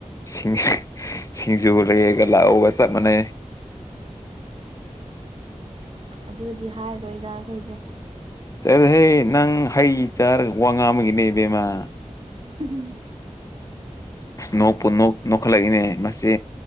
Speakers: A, on the left; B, on the right.
A: ꯁꯤꯡ ꯁꯤꯡꯖꯨꯒ ꯂꯩꯔꯒ ꯂꯥꯛꯑꯣꯒ ꯆꯞ ꯃꯥꯟꯅꯩ
B: ꯑꯗꯨꯗꯤ ꯍꯥꯏꯔꯣꯏꯗ ꯑꯈꯣꯏꯗꯤ
A: ꯆꯠꯂꯍꯦ ꯅꯪ ꯍꯩ ꯆꯥꯔꯒ ꯋꯥ ꯉꯥꯡꯕꯒꯤꯅꯦ ꯕꯦꯝꯃꯥ
B: ꯎꯝ
A: ꯅꯣꯛꯄꯨ ꯅꯣꯛ ꯅꯣꯛꯈꯠꯂꯛꯏꯅꯦ ꯃꯁꯤ